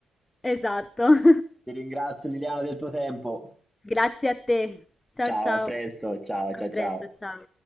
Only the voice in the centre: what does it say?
Ti ringrazio Liliana del tuo tempo.
Ciao,
a presto, ciao, cia
ciao.